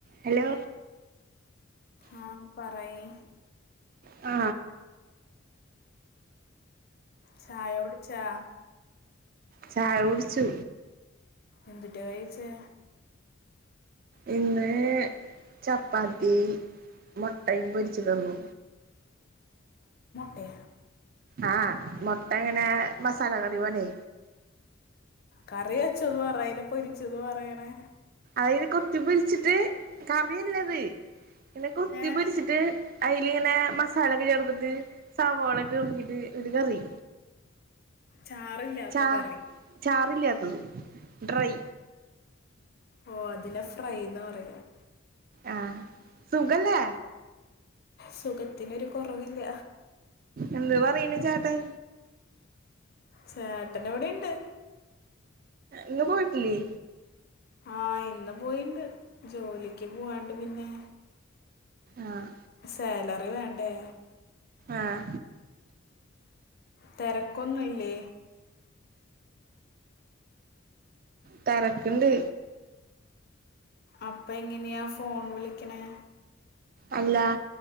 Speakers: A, on the right; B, on the left.
A: hello
B: ആഹ് പറയ്
A: ആ
B: ചായോട് ചാ
A: ചയ കുടിച്ചു
B: എന്തുറ്റ കയിച്ചേ
A: ഇന്ന് ചപ്പാത്തി മൊട്ടയും പൊരിച്തന്നു
B: ട്ടെ
A: ആഹ് മൊട്ട ഇങ്ങനെ മസാല കറിവോല്ലേ
B: കറി വെച്ചന്ന് പറയല്ല് പൊരിച്ചെന്ന് പറയണേ
A: അതിങ്ങനെ കൊത്തി പൊരിച്ചിട്ട് കറിയല്ലത് ഇങ്ങനെ കൊത്തി
B: ഏഹ്
A: പൊരിച്ചിട്ട് അതിലിങ്ങനെ മ സാലയൊക്കെ ചേർത്തിട്ട് സവാളയൊക്കെ ഒരിഞ്ഞിട്ട് ഒരു കറി
B: ചാറില്ലാത്ത
A: ചാ
B: കറി
A: ചാറില്ലാത്തത് ഡ്രൈ
B: ഓ അതിനെ ഫ്രൈന്നാ പറയുന്നത്
A: ആഹ് സുഖല്ലേ
B: സുഖത്തിനൊരു കുറവില്ല
A: എന്ത് പറയണ് ചേട്ടൻ
B: ചേട്ടനിവിടെയുണ്ട്
A: ഇന്ന് പോയിട്ടില്ലേ
B: ആഹ് ഇന്ന് പോയിണ്ട് ജോലിക്ക് പോവാണ്ട് പിന്നെ
A: ആഹ്
B: സേല അറി വേണ്ടേ
A: ആഹ
B: തിരക്കൊന്നുംല്ലേ
A: തരക്കണ്ട്
B: അപ്പൊ എങ്ങനെയ ഫോൺ വിളിക്കണേ
A: അല്ല